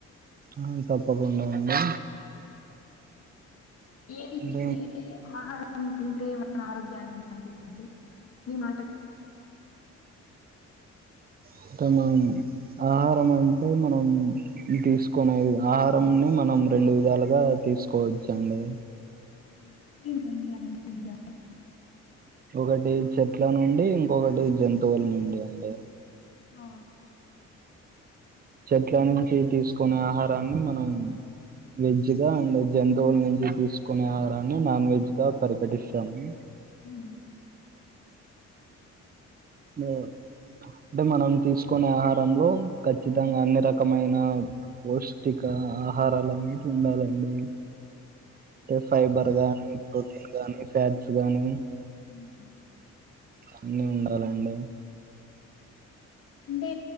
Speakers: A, on the right; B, on the left.
A: ఆ తప్పకుండా అండి
B: ఏది
A: అంటే
B: ఏది ఆహారం తింటే మన ఆరోగ్యానికి మంచిదండి మీ మాట
A: అంటే మనం ఆహారం అంటే మనం తీసకునే ఆహారని మనం నం రెండు విధాలుగా తీసుకోవచ్చు అండి
B: <inaudible>
A: ఒకటి చెట్ల నుండి ఇంకొకటి జంతువుల నుండి అండి
B: ఆ
A: చెట్ల నుంచి తీసుకునే ఆహారాన్ని మనం వెజ్ గా అండ్ జంతువుల నుంచి తీసుకునే ఆహారాన్ని నాన్ వెజ్ గా పరికటిస్తాము
B: మ్మ్
A: మీ అంటే మనం తీసుకునే ఆహారంలో ఖచ్చితంగా అన్ని రకమైన పౌష్టి కా ఆహారాలు అనేటి ఉండాలండి అంటే ఫైబర్ గాని ప్రోటీన్ గాని ఫ్యాట్స్ గాని
B: మ్మ్
A: అన్నీ ఉండాలండి
B: అంటే